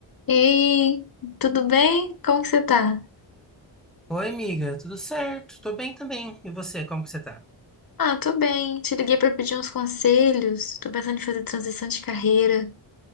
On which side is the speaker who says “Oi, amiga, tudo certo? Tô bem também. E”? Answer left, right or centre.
Centre